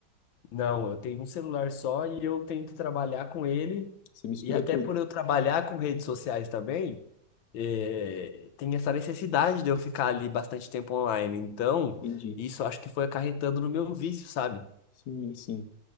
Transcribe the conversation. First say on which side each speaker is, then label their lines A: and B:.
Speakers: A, on the left; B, on the left.
A: Não, eu tenho um celular só e eu tenho que trabalhar com ele.
B: Você mistura
A: E até
B: tudo.
A: por eu trabalhar com redes sociais também, é, tem essa necessidade de eu ficar ali bastante tempo online. Então,
B: Entendi.
A: isso acho que foi acarretando no meu vício, sabe?
B: Sim, sim.